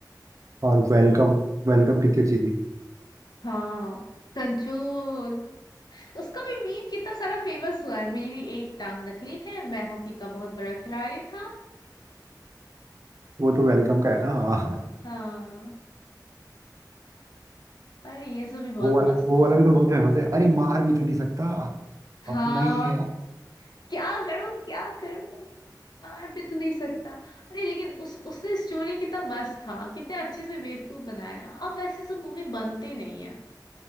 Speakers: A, on the right; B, on the left.
A: और वेलकम वेलकम कितनी अच्छी थी
B: हाँ कंट्रोल उसका भी मीम कितना सारा फेमस हुआ है मेरी एक टांग नकली है मैं हॉकी का बहुत बड़ा खिलाड़ी था
A: वो तो वेलकम का है ना हाँ
B: हाँ अरे ये सब भी बहुत
A: वो वाला
B: मस्त
A: वो
B: मस्त
A: वाला भी तो
B: था।
A: बहुत फेमस है अरे मार भी तो नहीं सकता
B: हाँ
A: अपना ही है हाँ
B: क्या करूं क्या करूं मार भी तो नहीं सकता अरे लेकिन उस उसका स्टोरी कितना मस्त था कितने अच्छे से बेवकूफ बनाया अब वैसे सब मूवी बनते नहीं है